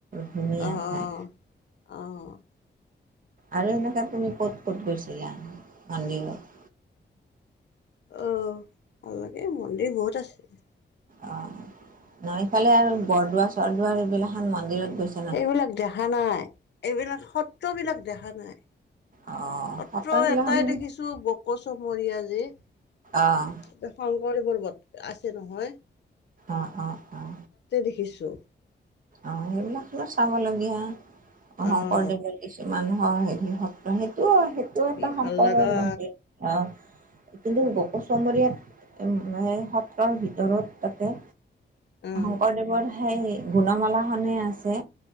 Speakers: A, on the right; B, on the left.
A: ধুনীয়া
B: অ', অ',
A: ঠাই।
B: অ',
A: আৰু এনেকৈ তুমি ক'ত ক'ত গৈছিলা মন্দিৰত?
B: অ', ভাল লাগে মন্দিৰ বহুত আছে।
A: অ', নায় এইফালে আৰু বৰদোৱা চৰদোৱাৰাৰ এইবিলা খন মন্দিৰত গৈছো?
B: এইবিলাক দেখা নাই এইবিলাক সত্ৰবিলাক দেখা নাই।
A: অ',
B: পাত্ৰ
A: সত্ৰবিলাখান
B: এটাই দেখিছো বকচমৰীয়া যি
A: অ',
B: শংকৰদেৱৰ বট আছে নহয়
A: অ', অ', অ',
B: দেখিছো
A: অ', সেইবিলাক তোমাৰ চাবলগীয়া শংকৰদেৱৰ
B: অ'
A: কিছু মানুহৰ হেৰি সত্ৰ সেইটো সেইটো
B: কি
A: এটা
B: ভাল
A: সম্পদৰ
B: লগা
A: লাগে অ', কিন্তু গকৌচমৰীয়াত হে সত্ৰৰ ভিতৰত তাতে
B: অ'
A: শংকৰদেৱৰ সেই গুণমালাখনেই আছে